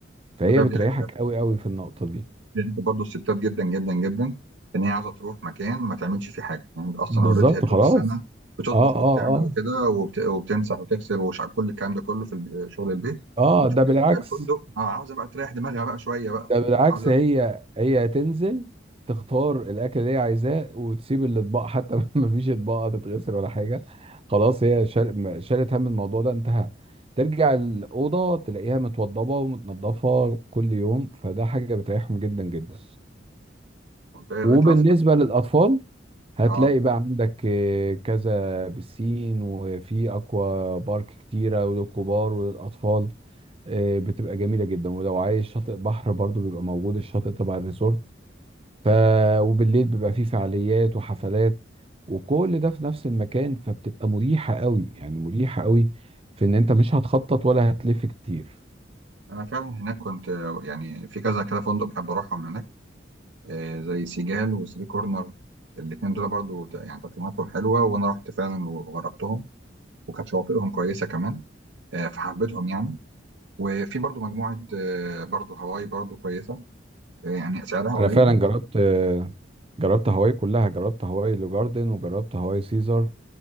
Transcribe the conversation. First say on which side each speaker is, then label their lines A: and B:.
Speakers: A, on the right; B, on the right.
A: فهي
B: وده
A: بتريحك
B: بيعجبني
A: قوي قوي في النقطه دي
B: بيرك برضه الستات جدا جدا جدا ان هي عايزه تروح مكان ما تعملش فيه حاجه يعني اصلا
A: بالظبط
B: اوريدي هي طول
A: خلاص
B: السنه بتطبخ
A: اه اه
B: وبتعمل
A: اه
B: وكده وبت... وبتمسح وتغسل وش كل الكلام ده كله في الب- شغل البيت
A: اه
B: بتروح
A: ده بالعكس
B: هناك بقى الفندق اه عاوزه بقى تريح دماغها بقى شويه بقى
A: ده بالعكس
B: عاوزه
A: هي هي تنزل تختار الاكل اللي هي عايزاه وتسيب الاطباق حتى <laughs> مفيش اطباق هتتغسل ولا حاجه خلاص هي شال- م- شالت هم الموضوع ده انتهى ترجع الاوضه تلاقيها متوضبه ومتنضفه كل يوم فده حاجه بتريحهم جدا جدا
B: ممتاز
A: وبالنسبة
B: انت بس
A: للأطفال هتلاقي
B: اه
A: بقى عندك آه، كذا بسين وفي أكوا بارك كتيرة وللكبار وللأطفال آه، بتبقى جميلة جدا ولو عايز شاطئ بحر برضو بيبقى موجود الشاطئ تبع الريزورت ف وبالليل بيبقى فيه فعاليات وحفلات وكل ده في نفس المكان فبتبقى مريحة قوي يعني مريحة قوي في إن أنت مش هتخطط ولا هتلف كتير
B: انا فعلا هناك كنت آه، يعني في كذا كده فندق بحب اروحهم هناك آه زي سيجال وثري كورنر الاثنين دول برضو ت- يعني تقييماتهم حلوه وانا رحت فعلا وجربتهم وكانت شواطئهم كويسه كمان آه، فحبيتهم يعني وفي برضو مجموعة آه، برضو هواي برضو كويسة آه، يعني سعرها
A: أنا
B: قليل
A: فعلا جربت
B: بس
A: آه، جربت هواي كلها جربت هواي لو جاردن وجربت هواي سيزر